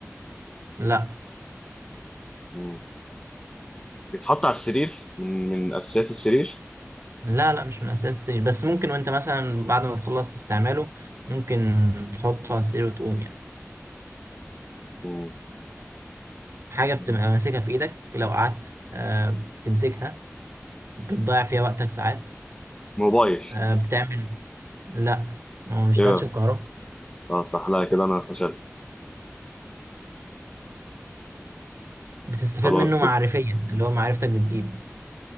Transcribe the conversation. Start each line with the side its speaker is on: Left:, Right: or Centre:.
Right: لا
Left: مم. بيتحط على السرير من من أساسيات السرير
Right: لا لا مش من اساسيات السرير بس ممكن وانت مثلا بعد ما تخلص استعماله ممكن تحطه على السرير وتقوم يعني
Left: مم.
Right: حاجة
Left: جميل.
Right: بتبقى ماسكها في إيدك لو قعدت آه، بتمسكها بتضيع فيها وقتك ساعات
Left: موبايل
Right: آه، بتعمل لا ما هو بيشتغلش
Left: ايه ده
Right: بكهرباء
Left: اه صح لا كده انا فشلت
Right: بتستفاد
Left: خلاص
Right: منه معرفيا
Left: كده
Right: اللي هو معرفتك بتزيد